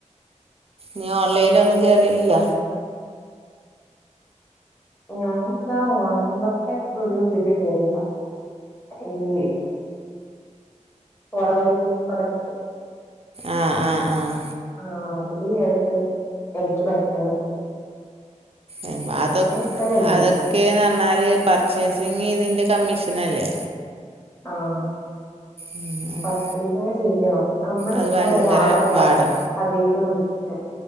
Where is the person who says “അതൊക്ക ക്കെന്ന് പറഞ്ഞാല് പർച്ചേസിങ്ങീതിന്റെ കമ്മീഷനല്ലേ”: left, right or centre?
Right